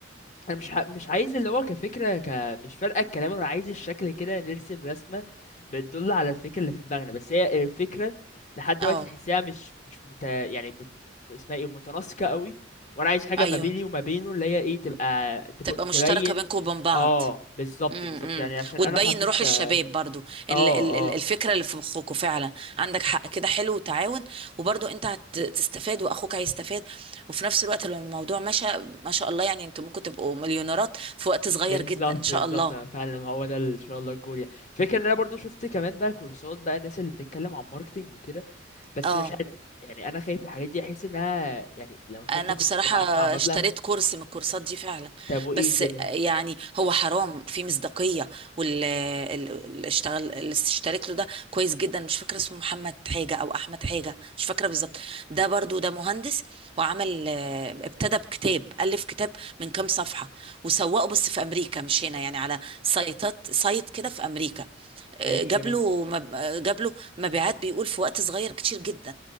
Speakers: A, on the left (about 40°); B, on the right (about 30°).
A: انا مش ح... مش عايز اللي هو كفكره ك... مش فارقه الكلام انا عايز الشكل كده نرسم رسمه بتدل على الفكره اللي في دماغنا بس هي الفكره لحد دلوقتي
B: اه
A: تحسها مش مش مت... يعني مت... اسمها ايه متناسقه قوي وانا عايز حاجه
B: ايوه
A: ما بيني وما بينه اللي هي ايه تبقى تب...
B: تبقى مشتركة
A: تبين
B: بينكم وبين بعض
A: اه بالظبط
B: امم
A: بالظبط
B: امم.
A: يعني عشان
B: وتبين
A: انا حطيت
B: روح الشباب
A: اه
B: برضو ال-
A: اه
B: ال- ال- الفكره اللي في مخكوا فعلا عندك حق كده حلو وتعاون وبرضو انت هتستفاد واخوك هيستفاد وفي نفس الوقت لو الموضوع مشى ما شاء الله يعني انتوا ممكن تبقوا مليونيرات في وقت صغير
A: بالظبط
B: جدا ان شاء
A: بالظبط
B: الله
A: أنا فعلا ما هو ده ال- ان شاء الله الجول يعني فكرة ان انا برضو شفت كمان بقى كورسات بقى الناس اللي بتتكلم عن ماركتينج وكده بس
B: اه
A: مش عارف يعني انا خايف الحاجات دي احس انها يعني لو خدت
B: انا
A: كورس
B: بصراحة
A: طب هدفع مبلغ
B: اشتريت كورس من الكورسات دي فعلا
A: طب وايه
B: بس
A: الدنيا
B: يعني هو حرام في مصداقية واللي اشتغل اللي اشتريت له ده كويس جدا مش فاكرة اسمه محمد حاجة او احمد حاجة مش فاكرة بالظبط ده برضو ده مهندس وعمل اه، ابتدى بكتاب الف كتاب من كام صفحة وسوقه بس في امريكا مش هنا يعني على سايتات سايت كده في امريكا جاب
A: ماشي جميل
B: له مب- جاب له مبيعات بيقول في وقت صغير كتير جدا